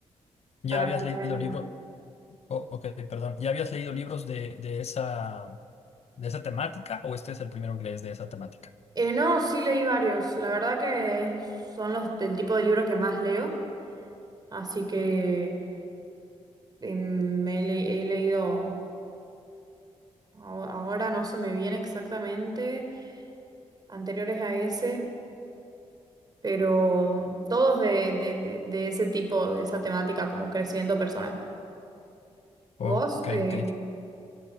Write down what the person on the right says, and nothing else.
para
aplicar
en la vida.
Eh, no, sí leí varios. La verdad que son los del tipo de libro que más leo. Así que eh, me le- he leído, aho- ahora no se me viene exactamente, anteriores a ese, pero mm, todos de, de- de- de ese tipo, de esa temática como crecimiento personal. ¿Y
vos?
eh,